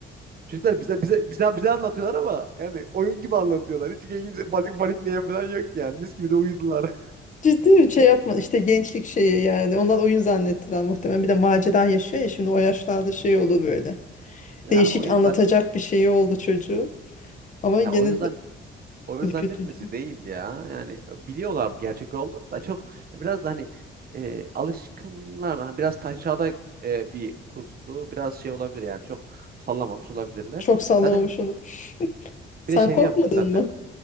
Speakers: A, on the right; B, on the left.
A: Çocuklar bize bize bize bize anlatıyorlar ama yani oyun gibi anlatıyorlar. Hiç kimse basit panikleyen falan yok yani. Mis gibi de uyudular. <laughs>
B: Ciddi bir şey yapma. İşte gençlik şeyi yani. Onlar oyun zannettiler muhtemelen. Bir de macera yaşıyor ya şimdi o yaşlarda şey olur böyle.
A: Ya
B: Değişik
A: oyun
B: anlatacak
A: zan
B: bir şeyi oldu çocuğun. Ama
A: ya
B: gene
A: oyun zan
B: de
A: oyun
B: ürkütücü.
A: zannetmesi değil ya. Yani biliyorlardı gerçek olduğunu da çok biraz da hani e, alışkınlar mı? hani Biraz taşrada e, bir kurstu. Biraz şey olabilir yani çok sallamamış olabilirler.
B: Çok sallamamış
A: Zaten
B: onu.
A: bir
B: Sen
A: de şey
B: korkmadın
A: yaptık zaten.
B: mı?